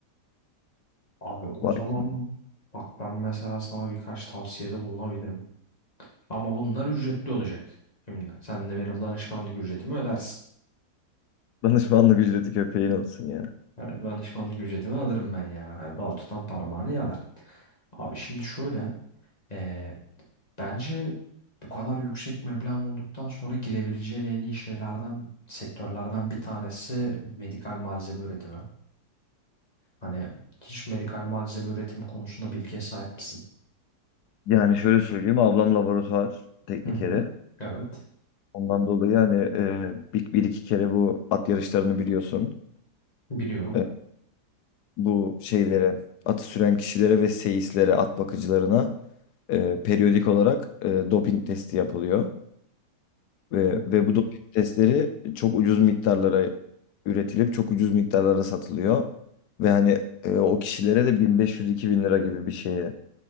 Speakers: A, on the left (about 25°); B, on the left (about 75°).
A: Abi o
B: Var
A: zaman
B: ki
A: bak ben mesela sana birkaç tavsiyede bulunabilirim. Ama bunlar ücretli olacak. Şimdi sen de benim danışmanlık ücretimi ödersin.
B: <laughs> danışmanlık ücreti köpeğin olsun ya.
A: Yani danışmanlık ücretimi alırım ben yani. Hani bal tutan parmağını yalar. Abi şimdi şöyle. eee, Bence bu kadar yüksek meblağın olduktan sonra girebileceğin en iyi şeylerden, sektörlerden bir tanesi medikal malzeme üretimi. Hani hiç medikal malzeme üretimi konusunda bilgiye sahip misin?
B: Yani şöyle söyleyeyim ablam laboratuvar teknikeri.
A: Hı hı. Evet.
B: Ondan dolayı hani e, bir, bir iki kere bu at yarışlarını biliyorsun.
A: Biliyorum.
B: E, bu şeylere, atı süren kişilere ve seyislere, at bakıcılarına e, periyodik olarak e, doping testi yapılıyor. Ve,
A: Hı.
B: ve bu doping testleri çok ucuz miktarlara üretilip çok ucuz miktarlara satılıyor. Ve hani e, o kişilere de 1500-2000 lira gibi bir şeye